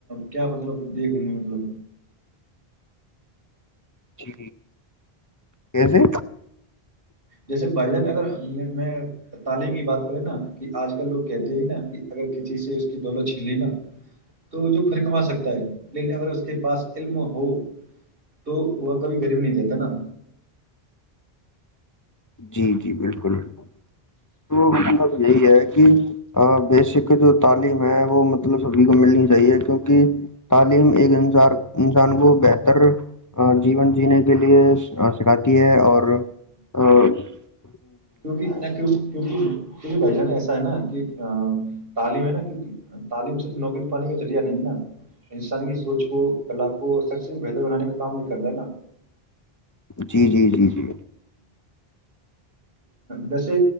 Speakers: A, on the right; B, on the left.
A: کیا مطلب دیکھوں میں مطلب
B: جی کیسے
A: جیسے بھائی جان اگر میں تعلیم کی بات کریں نا کہ آج کل لوگ کہتے ہیں نا کہ اگر کسی سے اس کی دولت چھین لی نا تو جو پھر کما سکتا ہے لیکن اگر اس کے پاس علم ہو تو وہ کبھی غریب نہیں رہتا نا
B: جی جی بالکل بالکل تو مطلب یہی ہے کہ بیسک جو تعلیم ہے وہ مطلب سبھی کو ملنی چاہیے کیونکہ تعلیم ایک انار انسان کو بہتر جیون جینے کے لیے چکاتی ہے اور ہ <unintelligible>
A: کیوں بھی نہ کیوں کیونکہ بھائی جان ایسا ہے نا کہ تعلیم ہے نا کیکہ تعلیم صرف نوکری پانے کا ذریعہ نہیں نا انسان کی سوچ کو کلا کو سب سے بہتر بنانے کا کام نہیں کرتا نا
B: جی جی جی جی
A: ویسے